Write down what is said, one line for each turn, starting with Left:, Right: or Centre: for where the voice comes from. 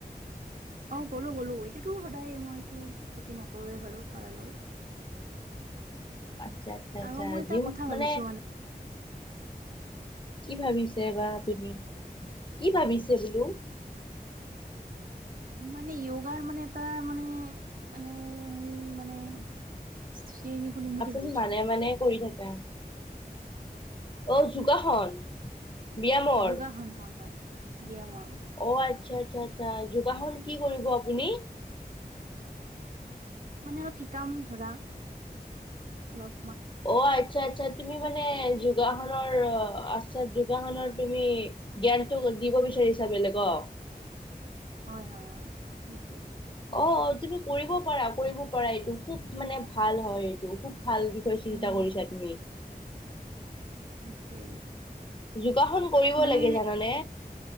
Right: অ গ'লো, গ'লো। এইটোতো সদায় মই এইটো ক্ষতি নকৰোৱে বাৰু পাৰালৈ। <inaudible>
Left: আচ্ছা, আচ্ছা, আচ্ছা।
Right: আৰু মই এটা
Left: জিম
Right: কথা ভাবিছো
Left: মানে কি ভাবিছে বা আপুনি কি ভাবিছ? ছে বোলো।
Right: মানে, য়োগাৰ মানে এটা মানে, মানে সেই মানে শ্ৰেণী খুলিম বুলি
Left: আপুনি
Right: ভাবিছো!
Left: মানে মানে <unintelligible> অ যোগাসন ব্যায়ামৰ
Right: যোগাসন হয় হয়। ব্যায়ামৰ।
Left: অ' আচ্ছা, আচ্ছা, আচ্ছা। যোগাসন কি কৰিব আপুনি?
Right: মানে অলপ শিকাম ধৰা অলপ।
Left: অ' আচ্ছা, আচ্ছা। তুমি মানে
Right: ঘৰতে
Left: যোগাসনৰ <unintelligible> আচ্ছা যোগাসনৰ তুমি জ্ঞানটো দিব বিচাৰিছা বেলেগক?
Right: হয়, হয়, হয়। সেইটোৱে।
Left: অ' তুমি কৰিব পাৰা কৰিব পাৰা এইটো খুব মানে ভাল হয় এইটো। খুব ভাল বিষয়ে চিন্তা
Right: উম
Left: কৰিছা তুমি।
Right: সেইটোৱে।
Left: যোগাসন কৰিব
Right: মানে
Left: লাগে জানানে